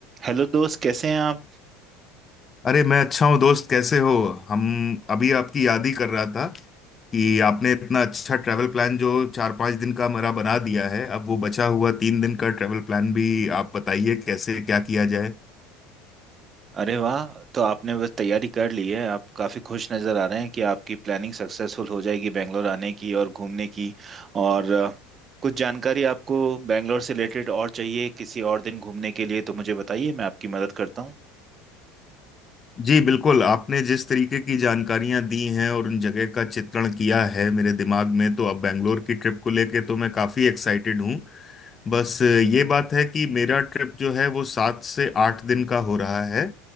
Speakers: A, on the right (about 30°); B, on the left (about 25°).
A: Hello दोस्त कैसे हैं आप
B: अरे मैं अच्छा हूँ दोस्त कैसे हो हम अभी आपकी याद ही कर रहा था कि आपने इतना अच्छा ट्रैवल प्लान जो चार पांच दिन का मेरा बना दिया है अब वो बचा हुआ तीन दिन का ट्रैवल प्लान भी आप बताइए कैसे क्या किया जाए
A: अरे वाह तो आपने बस तैयारी कर ली है आप काफ़ी खुश नज़र आ रहे हैं कि आपकी प्लानिंग सक्सेसफुल हो जाएगी बैंगलोर आने की और घूमने की और अ, कुछ जानकारी आपको बैंगलोर से रिलेटेड और चाहिए किसी और दिन घूमने के लिए तो मुझे बताइए मैं आपकी मदद करता हूँ
B: जी बिल्कुल आपने जिस तरीके की जानकारियां दी हैं और उन जगह का चित्रण किया है मेरे दिमाग में तो अब बेंगलोर की ट्रिप को लेके तो मैं काफी एक्साइटेड हूँ बस ये बात है कि मेरा ट्रिप जो है वो सात से आठ दिन का हो रहा है